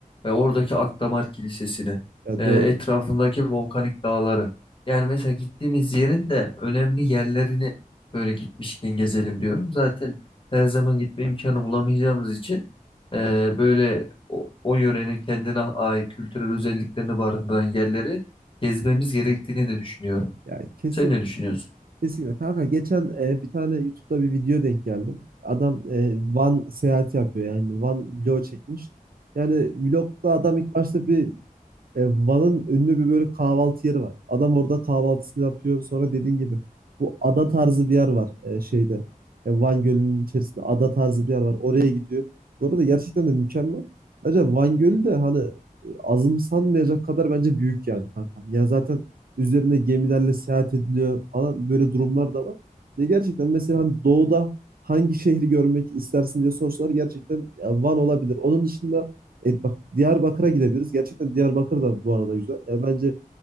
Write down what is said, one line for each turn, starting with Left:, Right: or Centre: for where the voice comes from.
Left: ve oradaki Akdamar Kilisesi'ni,
Right: Ya
Left: e,
Right: doğru.
Left: etrafındaki volkanik dağları. Yani mesela gittiğimiz yerin de önemli yerlerini böyle gitmişken gezelim diyorum. Zaten her zaman gitme imkanı bulamayacağımız için e, böyle o, o yörenin kendine ait kültürel özelliklerini barındıran yerleri gezmemiz gerektiğini de düşünüyorum.
Right: Ya kesin
Left: Sen ne düşünüyorsun?
Right: kesinlikle kanka geçen e, bir tane YouTube'da bir video denk geldim. Adam e, Van seyahati yapıyor yani Van vlog çekmiş. Yani vlogda adam ilk başta bir E, Van'ın ünlü bir böyle kahvaltı yeri var. Adam orada kahvaltısını yapıyor. Sonra dediğin gibi bu ada tarzı bir yer var e, şeyde. E, Van Gölü'nün içerisinde ada tarzı bir yer var. Oraya gidiyor. Bu arada gerçekten de mükemmel. Bence Van Gölü de hani e, azımsanmayacak kadar bence büyük yani kankam. Ya zaten üzerinde gemilerle seyahat ediliyor falan böyle durumlar da var. Ve gerçekten mesela hani doğuda hangi şehri görmek istersin diye sorsalar gerçekten ya Van olabilir. Onun dışında e bak Diyarbakır'a gidebiliriz. Gerçekten Diyarbakır da bu arada güzel. Yani bence